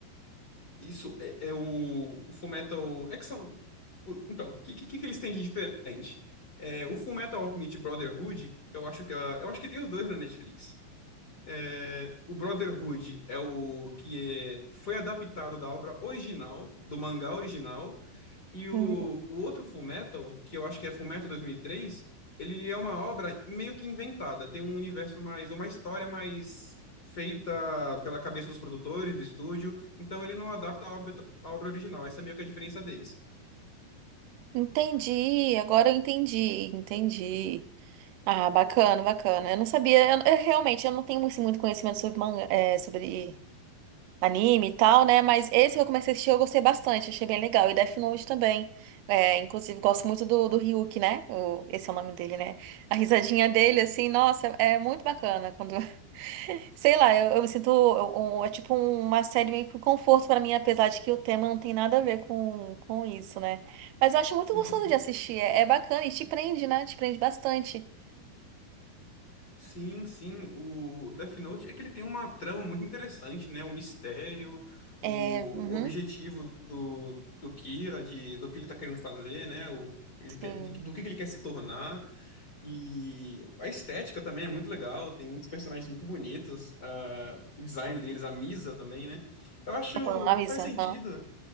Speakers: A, on the left; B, on the right.
A: Isso é, é o, o Fullmetal. É que são. o- Então, o que, que, que eles têm de diferente? É, o Fullmetal Alchemist Brotherhood, eu acho que, a- eu acho que tem os dois na Netflix. É, o Brotherhood é o que é- foi adaptado da obra original, do mangá original, e o,
B: Hum,
A: o outro Fullmetal, que eu acho que é Fullmetal 2003, ele é uma obra meio que inventada, tem um universo mais, uma história mais feita pela cabeça dos produtores, do estúdio, então ele não adapta a obra, a obra original, essa é meio que a diferença deles.
B: Entendi, agora eu entendi, entendi. Ah, bacana, bacana. Eu não sabia, eu, eu realmente eu não tenho assim, muito conhecimento sobre manga, é, sobre anime e tal, né? Mas esse que eu comecei a assistir eu gostei bastante, achei bem legal. E Death Note também. É, inclusive, gosto muito do, do Ryuk, né? O, esse é o nome dele, né? A risadinha dele, assim, nossa, é muito bacana. Quando, <laughs> sei lá, eu, eu me sinto. eu- um- é tipo uma série meio que um conforto pra mim, apesar de que o tema não tem nada a ver com, com isso, né? Mas eu acho muito
A: <laughs>
B: gostoso de assistir, é, é bacana e te prende, né? Te prende bastante.
A: Sim, sim, o Death Note é que ele tem uma trama muito interessante, né? O mistério, o,
B: É, uhum,
A: o objetivo do, do Kira, de, do que ele tá querendo fazer, né? O, ele quer,
B: sim.
A: de- do que que ele quer se tornar. E a estética também é muito legal, tem muitos personagens muito bonitos, ah, o design deles, a Misa também, né? Eu acho
B: Tá falando, Avisa,
A: que faz sentido
B: aham.